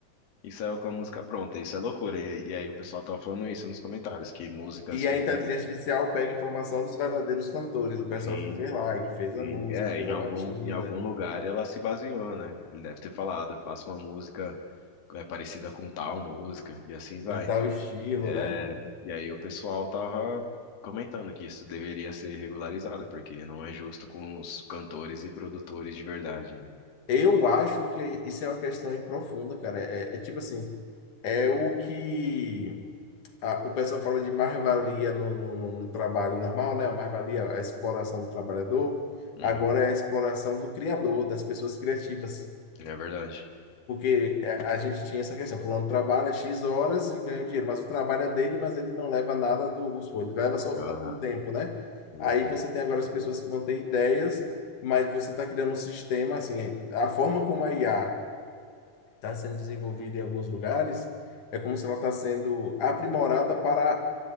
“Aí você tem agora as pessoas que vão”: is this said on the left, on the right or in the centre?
Left